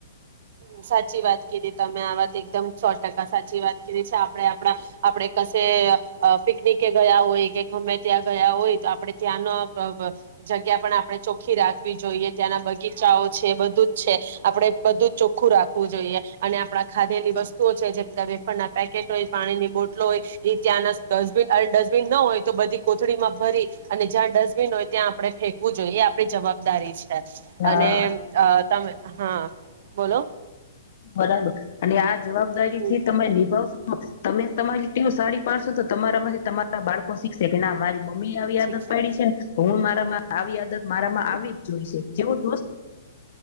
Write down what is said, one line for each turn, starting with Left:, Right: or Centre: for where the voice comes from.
Right: સાચી વાત કીધી. તમે આ વાત એકદમ સો ટકા સાચી વાત કીધી છે. આપણે આપડા આપડે કશે અઅ પિકનિકે ગયા હોય કે ગમે ત્યાં ગયા હોય તો આપડે ત્યાંનો અઅ જગ્યા પણ આપડે ચોખ્ખી રાખવી જોઈએ. ત્યાંના બગીચાઓ છે, બધું જ છે આપણે બધું જ ચોખ્ખું રાખવું જોઈએ અને આપડા ખાધેલી વસ્તુઓ છે જેમ કે વેફરના પેકેટ હોય, પાણીની બોટલો હોય એ ત્યાંના ડસ્ટબીન, ડસ્ટબિન ન હોય તો બધી કોથળીમાં ભરી અને જ્યાં ડસ્ટબિન હોય ત્યાં આપણે ફેંકવું જોઈએ એ આપણી જવાબદારી છે.
Left: હા
Right: અને અઅ તમે હા. બોલો.
Left: બરાબર. અને આજ. જવાબદારી
Right: હમ
Left: થી તમે નિભાવશો. તમે તમારી રીતે સારી પાડશોતો તમારામાંથી તમા બાળકો શીખશે કે ના અમારી મમ્મી આવી
Right: શિક્ષક
Left: આદત પાડડી છે ને હું મારા મા આવી આદત મારામાં આવી જ જોઈ છે. જેવું.